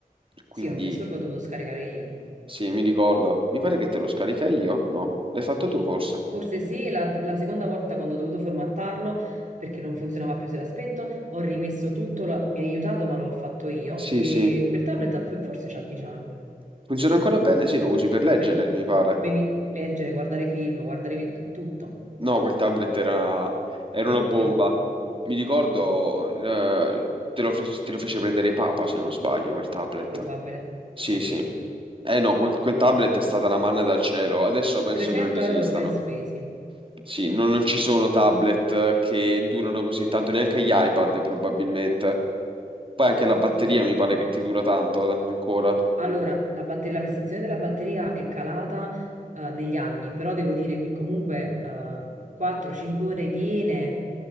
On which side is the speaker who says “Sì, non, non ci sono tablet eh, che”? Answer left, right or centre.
Right